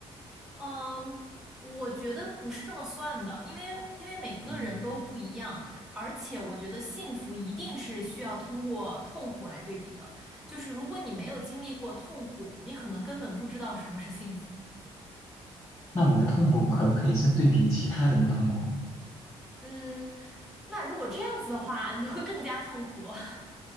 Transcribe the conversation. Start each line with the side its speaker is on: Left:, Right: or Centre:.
Centre: 嗯，我觉得不是这么算的，因为因为每个人都不一样，
Left: 嗯。
Centre: 而且我觉得幸福一定是需要通过痛苦来对比的，就是如果你没有经历过痛苦，你可能根本不知道什么是幸福，
Left: 那我的痛苦可不可以是对比其他人的痛苦？<laughs>
Centre: 嗯。那如果这样子的话，你会更加痛苦。<laughs>